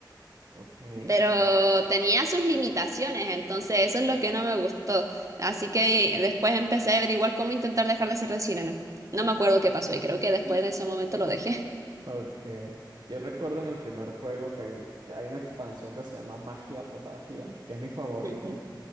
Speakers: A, on the right (about 65°); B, on the right (about 45°).
A: okay,
B: pero tenía sus limitaciones, entonces eso es lo que no me gustó. Así que después empecé a averiguar cómo intentar dejar de ser de sirena. No No me acuerdo qué pasó y creo que después
A: <laughs>
B: de ese momento lo dejé. <laughs>
A: okay. Yo recuerdo en el primer juego que hay, que hay una expansión que se llama Magia Potagia, que es mi favorita.
B: Ujú.